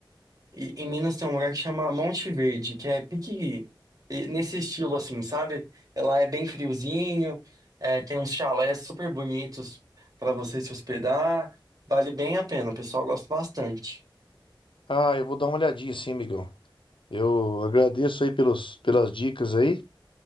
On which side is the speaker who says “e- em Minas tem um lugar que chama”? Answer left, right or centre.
Right